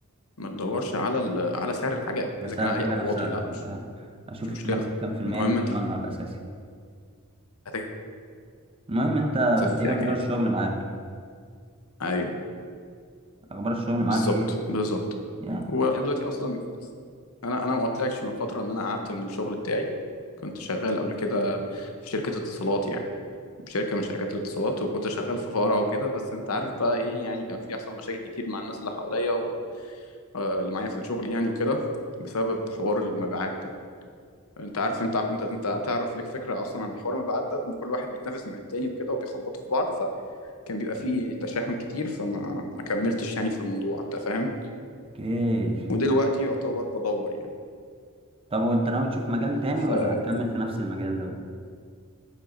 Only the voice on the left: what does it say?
ما تدورش على ال... على سعر الحاجه
اذا
كان عالي
او
واطي لا مش
مش مشكله
المهم
انت
هتكسب
فيها
كام
ايوه
بالظبط
بالظبط
وانا دلوقتي اصلا انا انا ما قلتلكش من فتره ان انا قعدت من الشغل بتاعي كنت شغال قبل كده في شركه اتصالات يعني شركه من شركات الاتصالات وكنت شغال في فرع وكده بس انت عارف بقى ايه يعني كان في يحصل مشاكل كتير مع الناس اللي حواليا واللي معايا في الشغل يعني وكده بسبب حوار المبيعات ده انت عارف انت انت انت تعرف ليك فكره اصلا عن الحوار ما بعد ده كل واحد بيتنافس مع التاني وكده وبيخبطوا في بعض فكان بيبقى فيه تشاحن كتير فما ما كملتش يعني في الموضوع انت فاهم
ودلوقتي يعتبر بدور يعني
فلا